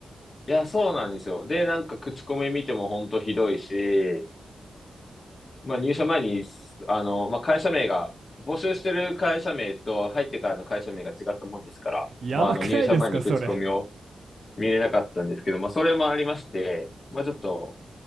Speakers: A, on the left; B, on the right.
A: いや、そうなんですよ。で、なんか口コミ見ても本当ひどいし、まあ入社前に、あの、まあ会社名が、募集してる会社名と入ってからの会社名が違ったもんですから、
B: やばくないですか、
A: まああの入社前に口コミを
B: それ。
A: 見れなかったんですけど、まあそれもありまして、まあちょっと、